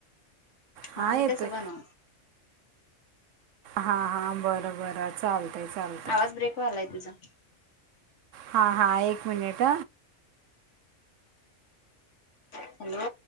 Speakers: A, on the left (about 75°); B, on the right (about 85°).
A: हा
B: हां
A: मी
B: येतोय
A: तसं बनव
B: हां हां बरं बरं चालत चालत
A: आवाज ब्रेक वालाय तुझा
B: हां हां एक मिनिट
A: हॅलो